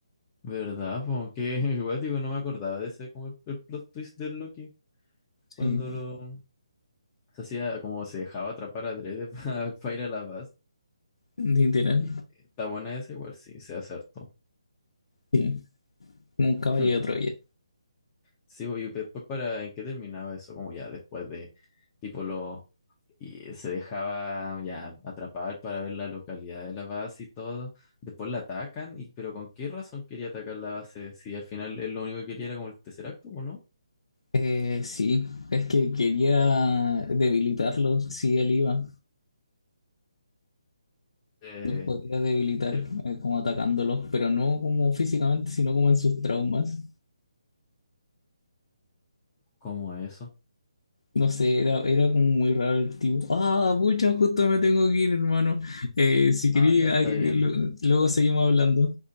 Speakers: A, on the left; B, on the left.
A: ¿Verdad? po? qué <laughs> guático, no me acordaba de ese como el, el plot twist del Loki cuando
B: Sí,
A: lo se hacía como se dejaba atrapar a Dredd para <laughs> ir a la base.
B: literal.
A: Y está buena esa igual, sí, se acertó.
B: Sí, como un caballo
A: Hmm.
B: de Troya.
A: Sí, bo, y después para en qué terminaba eso, como ya después de tipo lo y se dejaba ya atrapar para ver la localidad de la base y todo. Después la atacan, y pero ¿con qué razón quería atacar la base? Si al final él lo único que quería era como el tercer acto, ¿o no?
B: Eh, sí, es que quería debilitarlos, sí, él iba,
A: Eh,
B: los podía debilitar
A: del-
B: eh, como atacándolos, pero no como físicamente, sino como en sus traumas.
A: ¿cómo eso?
B: No sé, era, era como muy raro el tipo. Ah, pucha, justo me tengo que ir, hermano. Eh, si quería,
A: Ah, ya está
B: ahí
A: bien.
B: lo- luego seguimos hablando.